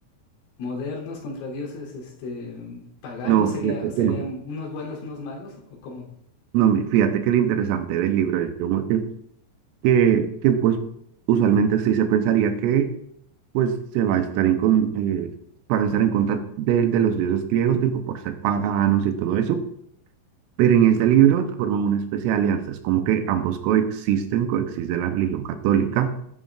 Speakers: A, on the left; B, on the right.
A: modernos contra dioses este, paganos,
B: No,
A: sería,
B: fíjate
A: serían
B: que no.
A: unos buenos, unos malos, o cómo.
B: No, mi- fíjate que lo interesante del libro es como que, que, que, pues usualmente sí se pensaría que pues se va a estar en con, eh, para estar en contra de, de los dioses griegos, tipo por ser paganos y todo eso. Pero en este libro forman una especie de alianza, es como que ambos coexisten, coexiste la religión católica,